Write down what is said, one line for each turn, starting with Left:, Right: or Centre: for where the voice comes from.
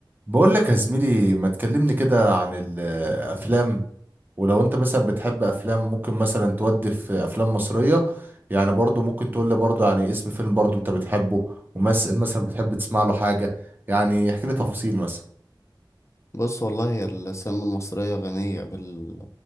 Right: بقول لك يا زميلي ما تكلمني كده عن الافلام ولو انت مثلا بتحب افلام ممكن مثلا تودي في افلام مصرية يعني برضو ممكن تقول لي برضو يعني اسم فيلم برضو انت بتحبه وممثل مثلا بتحب تسمع له حاجة يعني احكي لي تفاصيل مثلا
Left: بص والله هي السينما المصرية غنية بال...